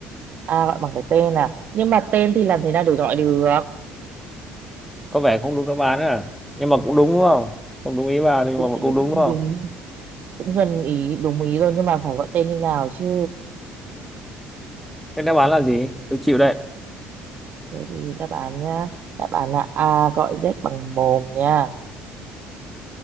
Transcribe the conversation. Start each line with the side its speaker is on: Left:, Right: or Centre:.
Right: a gọi bằng cái tên à nhưng mà tên thì làm thế nào để gọi được
Centre: có vẻ không đúng đáp án à nhưng mà cũng đúng đúng không không đúng ý bà nhưng
Right: cũng
Centre: mà cũng đúng đúng không
Right: đúng cũng gần ý đúng ý rồi nhưng mà phải gọi tên như nào chứ
Centre: cái đáp án là gì tôi chịu đấy
Right: thế thì đáp án nhá đáp án là a gọi z bằng mồm nha